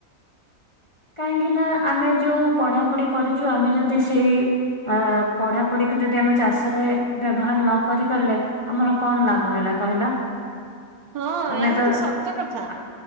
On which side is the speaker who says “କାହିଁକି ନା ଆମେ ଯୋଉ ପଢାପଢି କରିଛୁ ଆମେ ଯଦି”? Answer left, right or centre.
Left